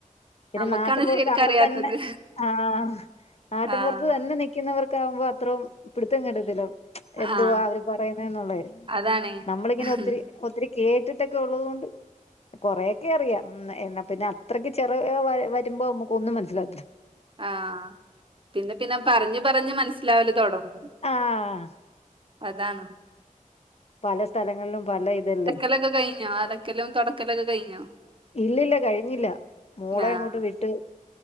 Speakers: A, on the left (about 50°); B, on the right (about 40°).
A: പിന്നെ
B: നമുക്കാണ്
A: നാട്ടിപുറത്ത്
B: ശരിക്കറിയാത്തത്
A: അവിടെത്തന്നെ ആ നാട്ടിപുറത്ത്
B: ആഹ്
A: തന്നെ നി ക്കുന്നവർക്ക്‌ ആവുമ്പോൾ അത്രോം പിടുത്തം കിട്ടത്തില്ല എന്തുവാ
B: ആഹ്
A: അവര് പറയുന്ന എന്നുള്ളെ
B: അതാണ്
A: നമ്മളിങ്ങനെ ഒത്തിരി
B: ഉം
A: ഒത്തിരി കേ ട്ടിട്ടൊക്കെ ഉള്ളതുകൊണ്ട് കൊറേക്കെ അറിയാം എന്നാ പിന്നെ അത്രയ്ക്ക് ചെറിയ വരുമ്പൊ നമ്മുക്ക് ഒന്നും മനസ്സിലാവത്തില്ല
B: ആഹ് പിന്നെ പിന്നെ പറഞ്ഞു പറഞ്ഞ് മനസ്സിലാവല്തൊടങ്ങും
A: ആഹ്
B: അതാണ്
A: പല സ്ഥലങ്ങളിലും പല ഇതല്ലേ
B: ലൊക്കെ കഴി ഞ്ഞാ അലക്കലും തൊ ടക്കലൊക്കെ കഴിഞ്ഞൊ
A: ഇല്ലില്ല കഴിഞ്ഞില്ല മോളെ
B: ആഹ്
A: അങ്ങോട്ട് വിട്ട്